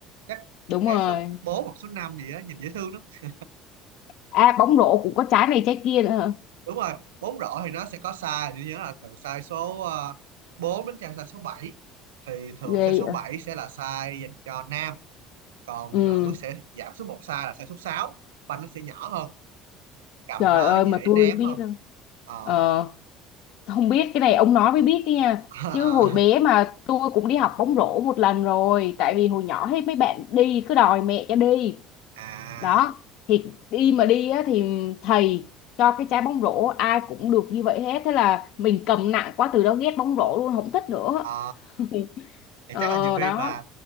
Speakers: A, on the right; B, on the left.
A: chắc
B: đúng
A: trái
B: rồi
A: số bốn hoặc số năm gì á nhìn dễ thương lắm
B: à bóng rổ cũng có trái này trái kia nữa hả
A: đúng rồi bóng rổ thì nó sẽ có size tôi nhớ là từ size số ờ, 4 đến size số bảy thì thường
B: ghê
A: size số 7 sẽ là size dành cho nam còn
B: Ừ,
A: nữ sẽ giảm xuống một size là size số 6, banh nó sẽ nhỏ hơn cầm
B: trời
A: nó
B: ơi
A: dễ
B: mà tôi
A: ném
B: biết
A: hơn
B: đâu.
A: ờ
B: Ờ, không biết cái này ông nói mới biết đấy nha.
A: <laughs>
B: Chứ hồi
A: à,
B: bé mà tôi cũng đi học bóng rổ một lần rồi. Tại vì hồi nhỏ hết mấy bạn đi cứ đòi mẹ cho đi.
A: à,
B: Đó, thì đi mà đi á, thì thầy cho cái trái bóng rổ ai cũng được như vậy hết. Thế là mình cầm nặng quá từ đó ghét bóng rổ luôn, không thích nữa.
A: à.
B: <laughs>
A: thì
B: Ờ,
A: chắc là nhiều khi
B: đó,
A: bà